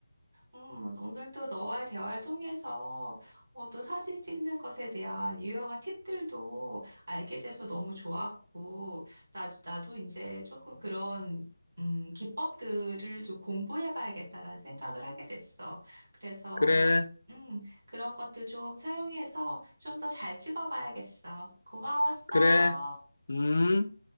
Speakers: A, on the right; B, on the left.
A: 음, 오늘도 너와의 대화를 통해서 어, 또 사진 찍는 것에 대한 유용한 팁들도 알게 돼서 너무 좋았고, 나, 나도 이제 조금 그런 음, 기법들을 좀 공부해봐야겠다라는 생각을 하게 됐어. 그래서
B: 그래,
A: 음, 그런 것도 좀 사용해서 좀 더 잘 찍어봐야겠어. 고마웠어.
B: 그래, 음.